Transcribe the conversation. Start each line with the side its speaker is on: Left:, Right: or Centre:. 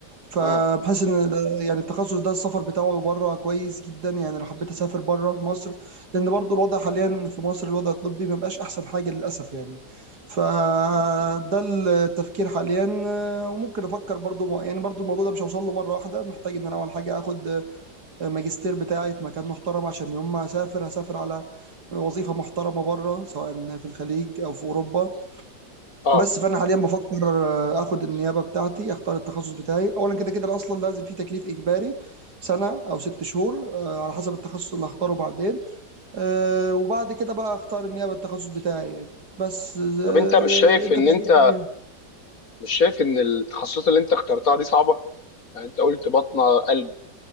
Right: فبحس
Left: امم
Right: ان ال- يعني التخصص ده السفر بتاعه بره كويس جدا يعني لو حبيت اسافر بره مصر لان برضو الوضع حاليا في مصر الوضع الطبي ما بقاش احسن حاجه للاسف يعني فده التفكير حاليا آه، وممكن افكر برضو م- يعني برضو الموضوع ده مش هوصل له مره واحده محتاج ان انا اول حاجه اخد آه، ماجستير بتاعي في مكان محترم عشان يوم ما اسافر هسافر على وظيفه محترمه بره سواء في الخليج او في اوروبا
Left: اه
Right: بس فانا حاليا بفكر آه، اخد النيابه بتاعتي اختار التخصص بتاعي اولا كده كده أنا اصلا لازم في تكليف اجباري سنه او ست شهور آه، على حسب التخصص اللي هختاره بعدين آه، وبعد كده بقى اختار النيابه التخصص بتاعي يعني بس آه،
Left: طب انت مش شايف
Right: انت
Left: ان
Right: بقى
Left: انت
Right: ايه الدنيا
Left: مش شايف ان التخصصات اللي انت اخترتها دي صعبه يعني انت قلت بطنه قلب